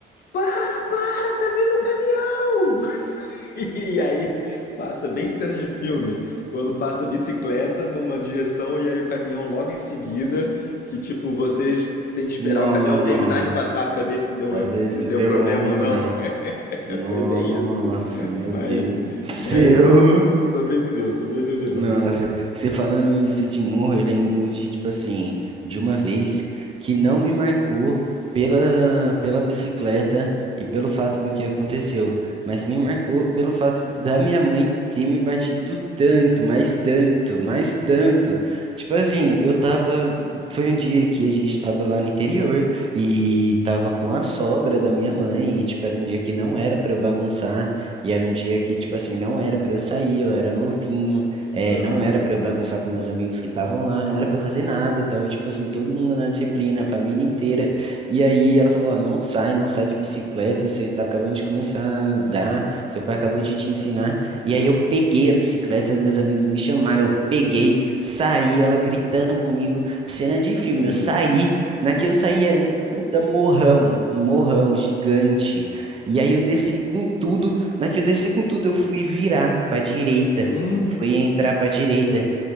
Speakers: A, on the left; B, on the right.
A: para, para, tá vindo um caminhão! <laughs> E aí passa bem cena de filme, quando passa a bicicleta numa direção e aí o caminhão logo em seguida, que tipo, vocês têm que esperar
B: Nossa,
A: o caminhão terminar de passar pra ver se deu,
B: pra
A: <laughs>
B: ver
A: se
B: se
A: deu
B: deu
A: problema
B: ruim
A: ou não.
B: ou não.
A: <laughs>
B: Nossa,
A: Foi bem isso.
B: meu
A: Mas,
B: Deus do céu.
A: mas Sobreviveu, sobreviveu.
B: Nossa, você falando isso de morro, eu lembro de, tipo assim, de uma vez que não me marcou pela, pela bicicleta e pelo fato do que aconteceu, mas me marcou pelo fato da minha mãe ter me batido tanto, mais tanto, mais tanto. Tipo assim, eu tava. Foi um dia que a gente tava lá no interior e tava com a sogra da minha mãe, e, tipo, era um dia que não era pra eu bagunçar, e era um dia que, tipo assim, não era pra eu sair, eu era novinho. É,
A: Aham.
B: não era para eu bagunçar com meus amigos que estavam lá, não era para fazer nada, tava tipo assim, todo mundo na disciplina, a família inteira. E aí ela falou: Ó, não sai, não sai de bicicleta, você tá acabando de começar a andar, seu pai acabou de te ensinar. E aí eu peguei a bicicleta, meus amigos me chamaram, eu peguei, saí, ela gritando comigo, cena de filme.
A: Ui.
B: Eu saí, na que eu saí era um puta morrão, um morrão gigante. E aí eu desci com tudo, na que eu desci com tudo, eu fui virar pra direita.
A: Hum.
B: Fui entrar pra direita.